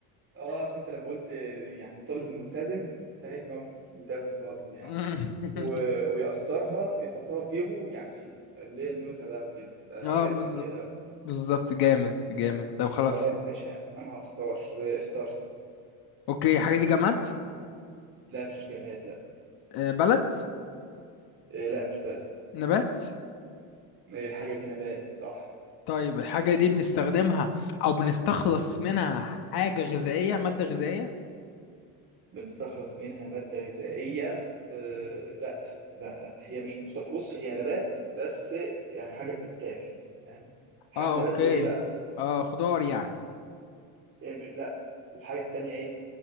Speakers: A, on the right; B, on the left.
A: أصل أنت لما قلت يعني الطالب الملتزم فاهم هو مش ملتزم خالص يعني
B: <laughs>
A: و- ويقصرها يحطها في جيبه يعني اللي هي النوتة بقى وكده فجت
B: اه بالظبط
A: من كده بقى
B: بالظبط جامد جامد طب خلاص
A: خلاص ماشي أنا هختار اخترت
B: اوكي الحاجه دي جماد
A: لا مش جماد لا
B: آه، بلد
A: إيه، لا مش بلد
B: نبات
A: إيه، الحاجة دي نبات صح
B: طيب الحاجة دي بنستخدمها أو بنستخلص منها حاجة غذائية مادة غذائية
A: بنستخلص منها مادة غذائية إيه، لا لا لا هي مش بتص... بص هي نبات بس يعني حاجة بتتاكل فاهم ح-
B: اه اوكي
A: نبات وإيه بقى
B: اه خضار يعني
A: إيه مش... لا الحاجة التانية إيه